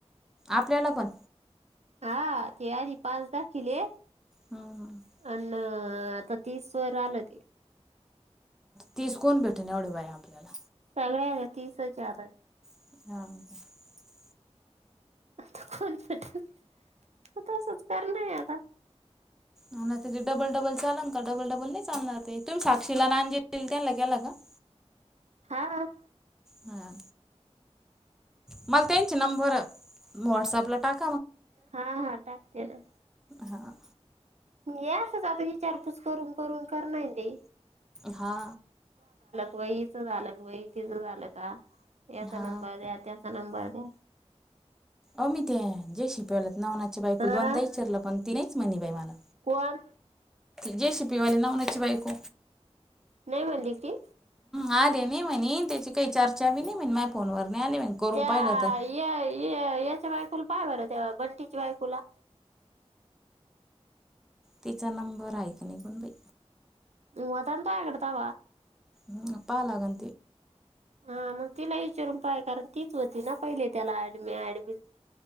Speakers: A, in the centre; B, on the right.
A: आपल्याला पण
B: हा ते आध पाचदााखील अ
A: हम्म
B: आता तीसवरवर आलं ते
A: तीस कोण भेटून एवढे बा आहे आपल्याला
B: चल तीसच्या
A: ह का
B: आता कोण तसच कर नाही आता
A: ह ना तिथे डबल डबल चालल का डबल डबल नाही चालणार ते तुम्ही साक्षीला ना त्यांना केला का
B: <inaudible> ह
A: ह मला त्यांचे नंबर व्हट्सअपला टाक
B: हा हा टाकते ना
A: हा
B: म यासच आपण विचारपूस करून करून करणार ते.
A: हा.
B: वय हीच झालं वय तीच झालं का याचा
A: हा
B: नंबर द्या त्याचा. नंबर द्या.
A: अमित जे शि पला <inaudible> नवनाथ च्या बायको ला
B: हा
A: दोनदा विचारलं पण ती नाहीच म्हणाय बाई मला.
B: कोण
A: जे सीई पिवाली नवनाथ ची बायको.
B: नाही म्हणाली ति.
A: आलंय नाही म्हणे त्याची काही चर्चा बी नाही म्हणाय माय फोनवर नाही आले म्हणे करून
B: त्या
A: पाहिलं तर
B: य ये. बायको ला पाय बर बटाट्याच्या बायकुला
A: तिचा नंबर आहेक नाही माहित बाई.
B: हं होता ना तुझ्या काड त्याव
A: हम्म पाहव लागल
B: हा मग तिला विचारून पाय कारण तीच होती ना पहिले त्याला ड ऍडमिन